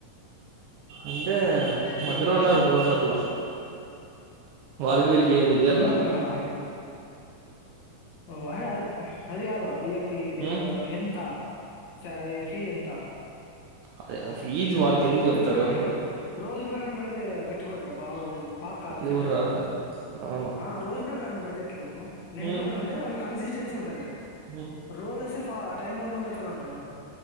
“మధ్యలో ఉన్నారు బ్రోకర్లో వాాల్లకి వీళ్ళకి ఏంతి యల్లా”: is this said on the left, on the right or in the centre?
Right